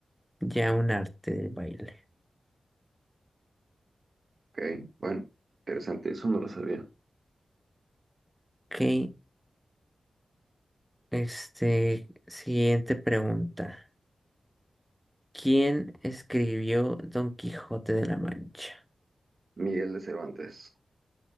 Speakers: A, in the centre; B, on the right.
A: ya un arte del baile.
B: Ok, bueno, interesante, eso no lo sabía.
A: Ok, Este, siguiente pregunta. ¿Quién escribió Don Quijote de la Mancha?
B: Miguel de Cervantes.